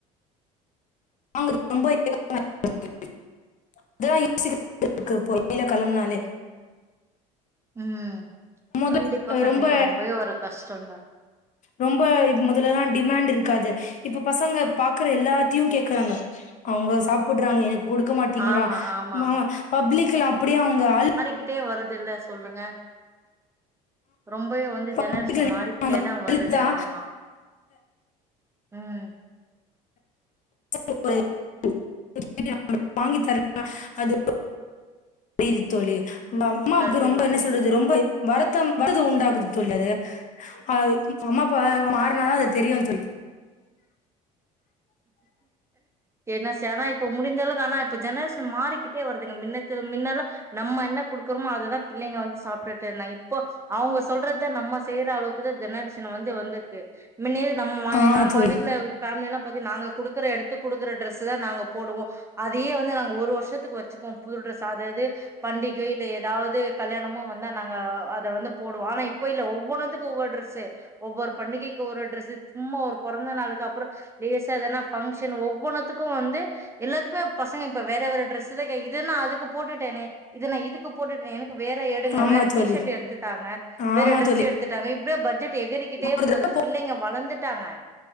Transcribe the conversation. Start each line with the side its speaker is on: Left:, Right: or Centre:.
Left: அவங்களுக்கு ரொம்ப <unintelligible> இதல்லாம் யோசிக்க <unintelligible> இருக்கு இப்ப வெளில கெளம்புனாலே
Right: ம்
Left: மொத
Right: கண்டிப்பா கண்டிப்பா
Left: ரொம்ப
Right: ரொம்பவே ஒரு கஷ்டந்தா
Left: ரொம்ப முதலலா டிமாண்ட் இருக்காது இப்ப பசங்க பாக்கற எல்லாத்தையு கேக் க்குறாங்க அவுங்க சாப்புறாங்க எனக் குடுக்க மாட்டேங்கிறா
Right: ஆமா ஆமா
Left: மா
Right: ஆமா
Left: பப்ளிகல அப்டியே அவுங்க அல்
Right: கிட்டே வருதுல்ல சொல்லுங்க ரொம்பவே வந்து
Left: பப்ளிக்ல
Right: ஜெனரேஷன் மாறிக்கிட்டே தா வருது
Left: அழுதா
Right: ஆமா உம்
Left: <unintelligible> வாங்கி தர அது புரியிது தோழி மேம் அம்மாவுக்கு
Right: கண்டிப்பா
Left: ரொம்ப என்ன
Right: கண்டிப்பா
Left: சொல்றது ரொம்ப வருத்தம் வருத்தத உண்டாக்குது தோழி அது அ அம்மாப்ப மாறுனா தா அது தெரியும் தோழி
Right: என்ன சேனா இப்ப முடிஞ்ச அளவுக்கு ஆனா இப்ப ஜெனரேஷன் மாறிக்கிட்டே வருதுங்க மின்னது மின்னல்லா நம்ம என்ன குடுக்கறோமோ அததா பிள்ளைங்க வந்து சாப்ட்டுட்டு இருந்தாங்க இப்போ அவுங்க சொல்றத நம்ம செய்ற அளவுக்கு தா ஜெனரேஷன் வந்து வந்திருக்கு முன்னே நம்ம
Left: ஆ
Right: நம்ம
Left: தோழி
Right: வீட்ல ஃபேமில எல்லா பத்தி நாங்க குடுக்கற எடுத்து குடுக்கற ட்ரெஸ் தா நாங்க போடுவோ அதயே வந்து நாங்க ஒரு வருஷத் துக்கு வச்சுக்குவோம் புது ட்ரெஸ் அது அது பண்டிகை இல்ல ஏதாவது கல்யாணமு வந்தா நாங்க அத வந்து போடுவோ ஆனா இப்போ இல்ல ஒவ்வொன்னு வந்து ஒவ்வொரு டிரெஸ்ஸு ஒவ்வொரு பண்டிகைக்கு ஒரு டிரெஸ்ஸு சும்மா ஒரு பொறந்த நாளுக்கு அப்புற லேசா தான ஃபங்க்ஷன் ஒவ்வொன்னுத்துக்கு வந்து எல்லாத்துக்குமே பசங்க இப்ப வேற வேற டிரெஸ்ஸு தா இதுன்ன அதுக்கு போட்டுட்டேன்னே இது நா இதுக்கு போட்டுட்டேனே எனக்கு வேற எடுங்க
Left: ஆ தோழி ஆமா
Right: வேற
Left: தோழி
Right: டி ஷர்ட் எடுத்து தாங்க வேற
Left: ஆமா
Right: ட்ரெஸ்
Left: தோழி
Right: எடுத் து தாங்க இப்டியே பட்ஜெட் எகிரிக்கிட்டே
Left: ஒரு
Right: போகுது
Left: தடவ
Right: பிள்ளைங்க வளந்துட்டாங்க